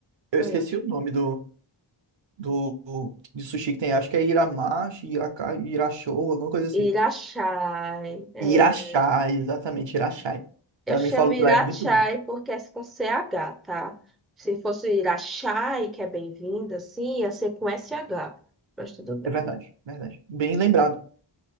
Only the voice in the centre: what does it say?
Ah,
Irachai. É,
eu
chamo
Irachai
porque é com CH, tá? Se fosse Irachai, que é bem-vinda, sim, ia ser com SH. Mas tudo bem.